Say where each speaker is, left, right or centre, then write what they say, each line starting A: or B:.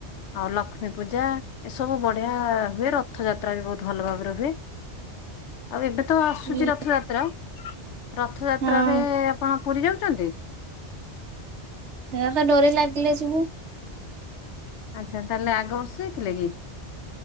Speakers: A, on the left; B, on the right.
A: ଆଉ ଲକ୍ଷ୍ମୀ ପୂଜା ଏସବୁ ବଢିଆ ହୁଏ ର ରଥଯାତ୍ରା ବି ବହୁତ ଭଲ ଭାବରେ ହୁଏ। ଆଉ ଏବେ ତ ଆସୁଚି
B: ହୁଁ
A: ରଥଯାତ୍ରା ରଥଯାତ୍ରାରେ
B: ହଁ
A: ଆପଣ ପୁରୀ ଯାଉଚନ୍ତି?
B: ହେରା ତ ଡୋରି ଲାଗିଲେ ଯିବୁ।
A: ଆଚ୍ଛା ତାହେଲେ ଆଗ ବର୍ଷ ଯାଇଥିଲେ କି?